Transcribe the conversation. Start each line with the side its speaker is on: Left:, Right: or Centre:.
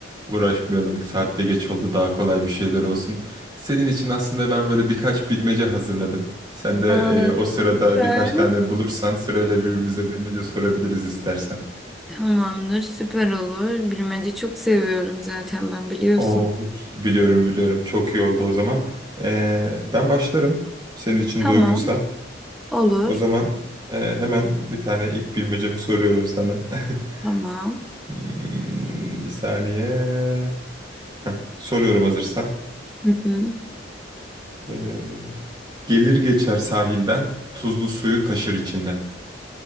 Right: uğraşmayalım. Saatte geç oldu daha kolay bir şeyler olsun. Senin için aslında ben böyle birkaç bilmece hazırladım. Sen de
Centre: Aa,
Right: e, o sırada
Centre: süper.
Right: birkaç tane bulursan sırayla birbirimize bilmece sorabiliriz istersen.
Centre: Tamamdır, süper olur. Bilmece çok seviyorum zaten ben biliyorsun.
Right: Oh hiç- biliyorum biliyorum çok iyi oldu o zaman. Ee, ben başlarım senin için
Centre: Tamam,
Right: de uygunsa.
Centre: olur.
Right: O zaman e, hemen bir tane ilk bilmecemi soruyorum sana. <laughs>
Centre: Tamam.
Right: Hmm, Bir saniye. Heh, soruyorum hazırsan.
Centre: Hı hı.
Right: Ee, gelir geçer sahilden, tuzlu suyu taşır içinden.